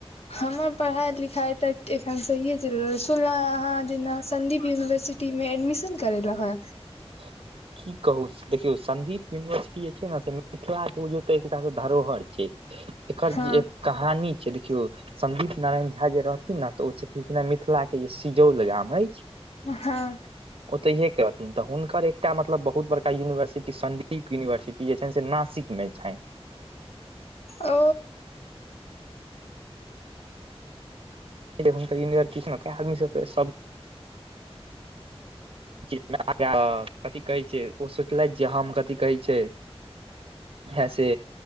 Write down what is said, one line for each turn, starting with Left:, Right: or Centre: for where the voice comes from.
Left: हमर पढ़ाई लिखाइ तऽ एखन सहिए चलि रहल सुनलहुँ अहाँ जेना संदीप यूनिवर्सिटी टी मे एडमिशन करेेलौं हे
Right: <inaudible> की कहु देखियौ संदीप यूनिवर्सिटी जे छै न से मिथिला बुझ तो एक धरोहर छै एकर
Left: हँ
Right: जे एक कहानी छै देखियौ संदीप नारायण झा जे रहथिन न तऽ ओ छथिन मिथिलाक के जे सिजौल गाम अछि
Left: हँ
Right: ओतहिये के रहथिन तऽ हुनकर एकटा मतलब बहुत बड़का यूनिवर्सिटी संदीप यूनिवर्सिटी जे छै से नासिक मे छैन
Left: ओ
Right: नक यनिर्द <unintelligible> मी सब च आ <unintelligible> कथि कहै छै ओ सोचलथि जे हम कथि कहै छै है से